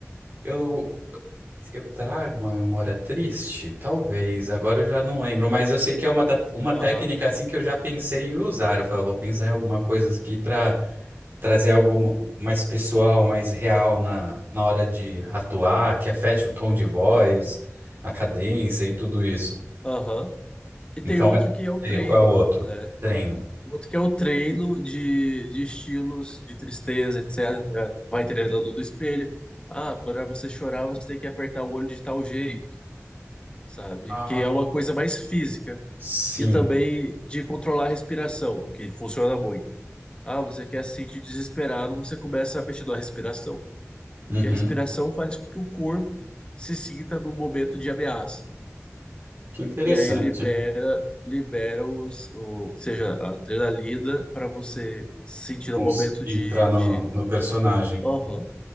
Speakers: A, on the right; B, on the left.
A: eu, eu trago uma memória triste? Talvez, agora eu já não lembro, mas eu sei que é uma, da- uma
B: aham,
A: técnica assim que eu já pensei em usar. Eu falei, eu vou pensar em alguma coisa aqui para trazer algo mais pessoal, mais real na, na hora de atuar, que afete o tom de voz, a cadência e tudo isso.
B: aham. E
A: Então,
B: tem outro
A: é,
B: que é o
A: é,
B: treino,
A: qual é o outro?
B: né?
A: Treino.
B: O Outro que é o treino de, de estilos, de tristeza, etc. Vai treinando do espelho. Ah, para você chorar, você tem que apertar o olho de tal jeito, sabe?
A: Ah,
B: Que é uma coisa mais física.
A: sim.
B: E também de controlar a respiração, que funciona muito. Ah, você quer se sentir desesperado, você começa a mexer na respiração.
A: Uhum.
B: E a respiração faz com que o corpo se sinta num momento de ameaça.
A: Que interessante.
B: E aí libera, libera os, o, seja, a adrenalina para você sentir
A: Conseguir
B: no momento de,
A: entrar no,
B: de...
A: no personagem.
B: Aham,